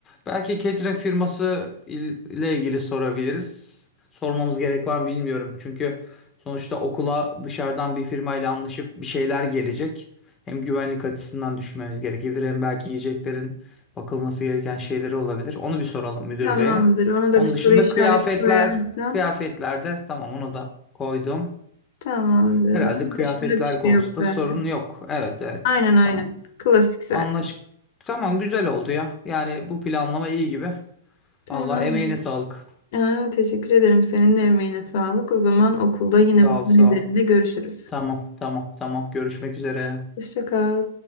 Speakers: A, on the left; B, on the left.
A: Belki catering firması il- ile ilgili sorabiliriz. Sormamız gerek var mı bilmiyorum. Çünkü sonuçta okula dışarıdan bir firmayla anlaşıp bir şeyler gelecek. Hem güvenlik açısından düşünmemiz gerekebilir hem belki yiyeceklerin bakılması gereken şeyleri olabilir. Onu bir soralım müdür
B: Tamamdır.
A: beye.
B: Ona da
A: Onun
B: bir
A: dışında
B: soru işareti
A: kıyafetler
B: koyarsan.
A: Kıyafetlerde tamam onu da koydum.
B: Tamamdır.
A: Herhalde
B: Onun
A: kıyafetler
B: dışında bir şey
A: konusunda
B: yok zaten.
A: sorun yok. Evet evet.
B: Aynen aynen.
A: Tamam.
B: Klasik zaten.
A: Anlaş. Tamam güzel oldu ya. Yani bu planlama iyi gibi.
B: Tamam.
A: Vallahi emeğine sağlık.
B: Aa, teşekkür ederim. Senin de emeğine sağlık. O zaman okulda yine
A: Sağ
B: bu
A: ol
B: konu
A: sağ
B: üzerinde
A: ol.
B: görüşürüz.
A: Tamam tamam tamam. Görüşmek üzere.
B: Hoşça kal.